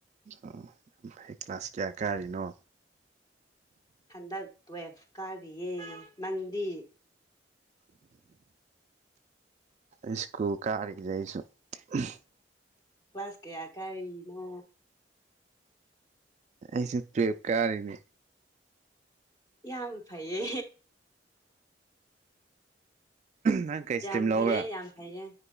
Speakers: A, on the right; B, on the left.
A: ꯑꯣ ꯌꯥꯝ ꯐꯩ ꯀ꯭ꯂꯥꯁ ꯀꯌꯥ ꯀꯔꯤꯅꯣ
B: ꯍꯟꯗꯛ ꯇꯋꯦꯐ ꯀꯔꯤꯌꯦ ꯅꯪꯗꯤ
A: <inaudible> ꯏꯁꯀꯨꯜ ꯀꯥꯔꯤꯌꯦ ꯑꯩꯁꯨ ꯎꯝ
B: ꯀ꯭ꯂꯥꯁ ꯀꯌꯥ ꯀꯥꯔꯤꯅꯣ
A: ꯑꯩꯁꯨ ꯇꯨꯌꯦꯐ ꯀꯔꯤꯅꯦ
B: ꯌꯥꯝ ꯐꯩꯌꯦ
A: ꯅꯪ ꯀꯩꯁꯇ꯭ꯔꯤꯝ
B: ꯌꯥꯝ
A: ꯂꯧꯕ꯭ꯔꯥ
B: ꯐꯩꯌꯦ ꯌꯥꯝ ꯐꯩꯌꯦ